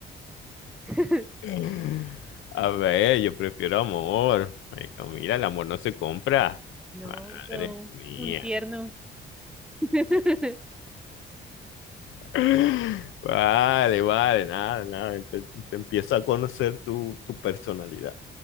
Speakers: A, in the centre; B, on the left.
A: <laughs>
B: <clears throat> A ver, yo prefiero amor. Ay, Camila, el amor no se compra.
A: No,
B: Madre
A: no,
B: mía.
A: un tierno. <laughs>
B: <clears throat> Vale, vale, nada, nada. Empe- Te empiezo a conocer tu, tu personalidad.